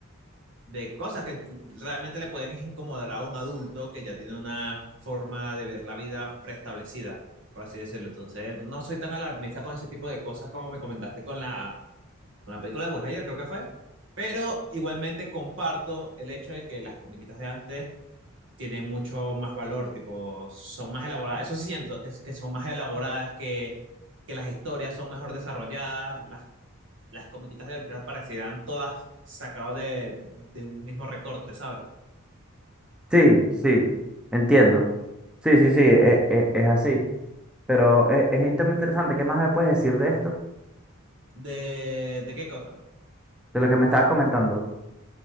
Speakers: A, on the right; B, in the centre.
A: de cosas que realmente le pueden incomodar a un adulto que ya tiene una forma de ver la vida preestablecida, por así decirlo. Entonces, no soy tan alarmista con ese tipo de cosas como me comentaste con la, con la película de Buzz Lightyear, creo que fue. Pero igualmente comparto el hecho de que las comiquitas de antes tienen mucho más valor, tipo, son más elaboradas. Eso sí siento que, que son más elaboradas, que, que las historias son mejor desarrolladas, las, las comiquitas de ahorita parecieran todas sacadas de, de un mismo recorte, ¿sabes?
B: Sí, sí, entiendo. Sí, sí, sí, e- e- es así. Pero es, es un tema interesante. ¿Qué más me puedes decir de esto?
A: ¿De, de qué cosa?
B: De lo que me estabas comentando.